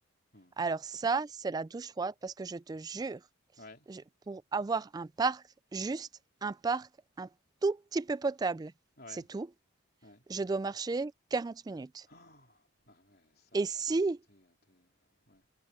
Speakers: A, on the left; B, on the right.
A: Hmm.
B: alors ça, c'est la douche froide parce que je te jure,
A: Ouais,
B: je pour avoir un parc, juste un parc un tout petit peu potable,
A: ouais,
B: c'est tout,
A: ouais.
B: je dois marcher 40 minutes.
A: <gasps> Oh ah ouais, ça,
B: Et si
A: ça a été. euh, t'es- Ouais.